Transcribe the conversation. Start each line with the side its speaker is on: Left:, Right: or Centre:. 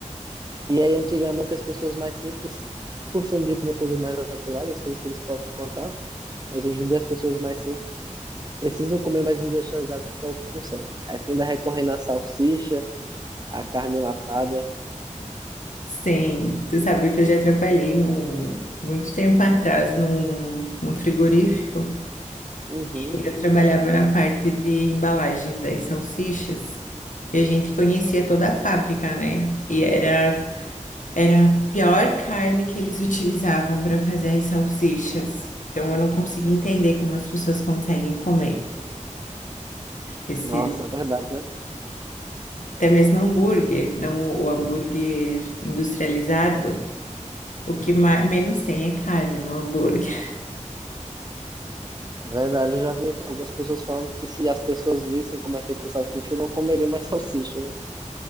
Right: E aí antigamente as pessoas mais simples tinham o costume de comer coisas mais naturais, as coisas que eles próprios plantavam. Mas hoje em dia as pessoas mais simples Precisam comer mais industrializado porque é o que consegue. Aí fim da recorrendo à salsicha, à carne enlatada.
Left: Sim, tu sabe que eu já trabalhei num, muito tempo atrás num, num frigorífico.
Right: Uhum.
Left: E Eu trabalhava na parte de embalagens das salsichas. E a gente conhecia toda a fábrica, né? E era, era a pior carne que eles <laughs> utilizavam para fazer as salsichas. Então eu não conseguia entender como as pessoas conseguem comer esse,
Right: Nossa, é verdade, né?
Left: Até mesmo hambúrguer, não o, o hambúrguer industrializado, o que mais, menos tem é carne no hambúrguer. <laughs>
Right: É verdade, eu já vi algumas pessoas falando que se as pessoas vissem como é feita a salsicha, não comeriam mais <laughs> salsicha, né?